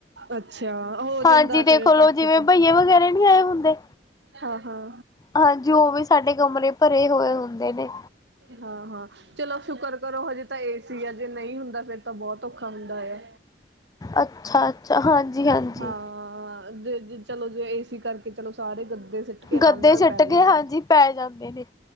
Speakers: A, on the right (about 85°); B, on the left (about 20°).
A: ਅੱਛਾ ਹੋ ਜਾਂਦਾ
B: ਹਾਂਜੀ ਦੇਖਲੋ
A: ਫਿਰ ਇਕੱਠ
B: ਜਿਵੇਂ
A: ਚ
B: ਬਹੀਏ ਵਗੈਰੇ ਨੀ ਆਏ। ਹੁੰਦੇ।
A: ਹਾਂ ਹਾਂ
B: ਹਾਂਜੀ, ਉਹ ਵੀ ਸਾਡੇ ਕਮਰੇ ਭਰੇ ਹੋਏ ਹੁੰਦੇ ਨੇ।
A: ਹਾਂ ਹਾਂ, ਚਲੋ ਸ਼ੁਕਰ ਕਰੋ ਹਜੇ ਤਾਂ ਏਸੀ ਏ ਜੇ ਨਹੀਂ ਹੁੰਦਾ ਫੇਰ ਤਾਂ ਬਹੁਤ ਔਖਾ ਹੁੰਦਾ ਏ ਆ।
B: ਅੱਛਾ ਅੱਛਾ ਹਾਂਜੀ ਹਾਂਜੀ
A: ਹਾਂ-ਅ ਜੇ ਚਲੋ ਜੇ ਏ ਸੀ ਕਰਕੇ ਚਲੋ- ਸਾਰੇ ਗੱਦੇ ਸਿੱਟ ਕੇ ਆਰਾਮ
B: ਗੱਦੇ
A: ਨਾਲ
B: ਸੁੱਟ
A: ਪੈ ਜਾਂਦੇ
B: ਕੇ ਹਾਂਜੀ
A: ਆ।
B: ਪੈ ਜਾਂਦੇ ਨੇ।